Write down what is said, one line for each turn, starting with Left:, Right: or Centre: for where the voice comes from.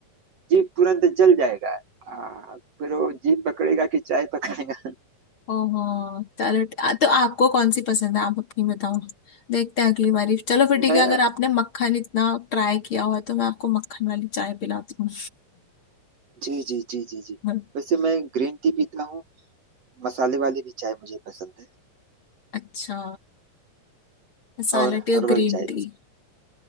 Right: जीप तुरंत जल जाएगा आ, फिर वो जीप पकड़ेगा कि चाय पकड़ेगा
Left: ओहो चलो ठी- आ, तो आपको कौन सी पसंद है आप अपनी बताओ देखते हैं अगली बारी चलो फिर
Right: <laughs>
Left: ठीक
Right: मैं
Left: है अगर आपने मक्खन इतना ट्राई किया हुआ है, तो मैं आपको मक्खन वाली चाय पिलाती हूँ
Right: जी जी जी जी जी
Left: <laughs>
Right: वैसे मैं ग्रीन टी पीता हूँ मसाले वाली भी चाय मुझे पसंद है
Left: अच्छा मसाला
Right: और
Left: टी
Right: हर्बल
Left: और ग्रीन
Right: चाय
Left: टी
Right: भी